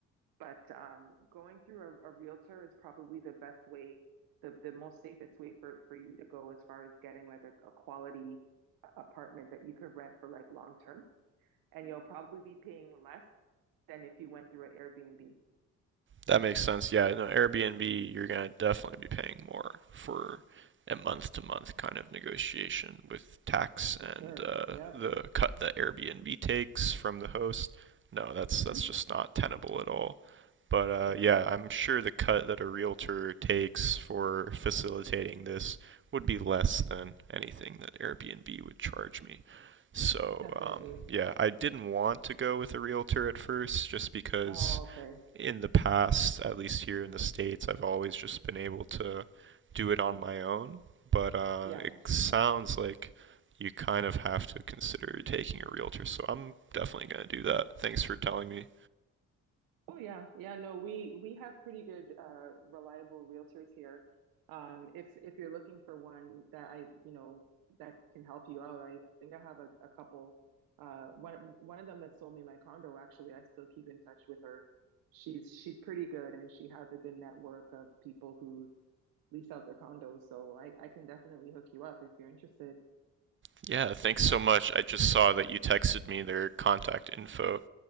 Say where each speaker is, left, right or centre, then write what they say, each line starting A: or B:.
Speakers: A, on the right; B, on the right.
A: But um, going through a, a realtor is probably the best way, the, the most safest way for, for you to go as far as getting like a, a quality uh, apartment that you could rent for like long term. And you'll probably be paying less than if you went through an Airbnb.
B: That makes sense. Yeah, no, Airbnb, you're gonna definitely be paying more for a month-to-month kind of negotiation with tax
A: Oh,
B: and
A: for sure.
B: uh,
A: Yep.
B: the cut that Airbnb takes from the host. No, that's
A: hmm
B: that's just not tenable at all. But uh,
A: Yeah,
B: yeah, I'm sure the cut that a realtor takes for facilitating this would be less than anything that Airbnb would charge me. So
A: definitely.
B: um, yeah, I didn't want to go with a realtor at first just because
A: Oh, okay.
B: in the past, at least here in the States, I've always just been able to do it on my own. But uh,
A: Yeah.
B: it sounds like you kind of have to consider taking a realtor. So I'm definitely going to do that. Thanks for telling me.
A: Oh yeah, yeah. No, we we have pretty good, uh, reliable realtors here. Um, if if you're looking for one that I, you know, that can help you out, I think I have a, a couple. Uh, one one of them that sold me my condo, actually, I still keep in touch with her. She's she's pretty good, and she has a good network of people who lease out their condos. So I I can definitely hook you up if you're interested.
B: Yeah, thanks so much. I just saw that you texted me their contact info.